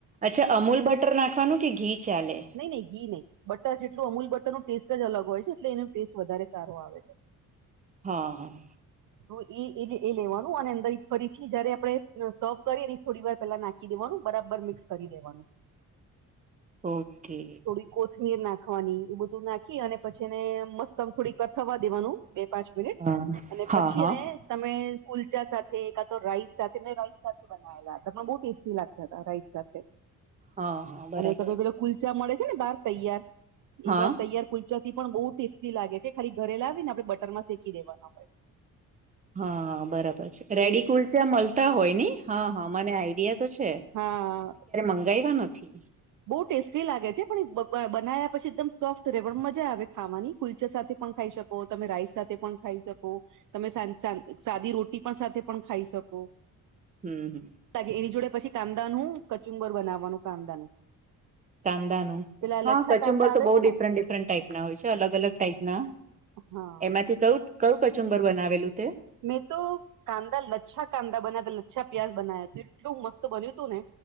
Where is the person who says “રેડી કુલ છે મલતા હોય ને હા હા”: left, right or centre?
Right